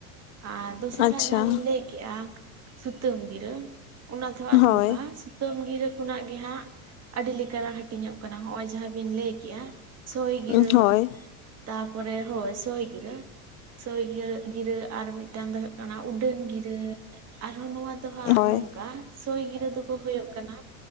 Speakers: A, on the right (about 40°); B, on the left (about 85°).
A: ᱟᱨ ᱫᱚᱥᱟᱨᱟᱜ
B: ᱟᱪᱪᱷᱟ
A: ᱡᱟᱦᱟᱸ ᱞᱤᱧ ᱞᱟᱹᱭ ᱞᱟᱹᱭ ᱠᱮᱜᱼᱟ ᱥᱩᱛᱟᱹᱢ ᱜᱤᱨᱟᱹ᱿ ᱚᱱᱟ ᱫᱚ ᱦᱟᱸᱜ
B: ᱦᱳᱭ
A: ᱱᱚᱝᱠᱟ ᱛᱟᱹᱢ ᱜᱤᱨᱟᱹ ᱠᱷᱚᱱᱟᱜ ᱜᱮ ᱦᱟᱸᱜ ᱟᱹᱰᱤ ᱞᱮᱠᱟᱱᱟᱜ ᱦᱟᱹᱴᱤᱧᱚᱜ ᱠᱟᱱᱟ ᱦᱚᱸᱜ-ᱚᱭ ᱡᱟᱦᱟᱸ ᱵᱤᱱ ᱞᱟᱹᱭ ᱠᱮᱜᱼᱟ ᱥᱚᱭ ᱜᱤᱨᱟᱹ
B: ᱦᱳᱭ
A: ᱛᱟᱯᱚᱨᱮ ᱦᱳᱭ ᱥᱚᱭ ᱜᱤᱨᱟᱹ᱾ ᱥᱳᱭ ᱜᱤᱨᱟᱹ ᱟᱨ ᱢᱤᱫᱴᱟᱝ ᱫᱚ ᱦᱩᱭᱩᱜ ᱠᱟᱱᱟ ᱩᱰᱟᱹᱱ ᱜᱤᱨᱟᱹ, ᱟᱨᱦᱚᱸ ᱱᱚᱣᱟ ᱛᱚ ᱦᱟᱸᱜ
B: ᱦᱳᱭ
A: ᱱᱚᱝᱠᱟ ᱥᱳᱭ ᱜᱤᱨᱟᱹ ᱫᱚᱠᱚ ᱦᱳᱭᱳᱜ ᱠᱟᱱᱟ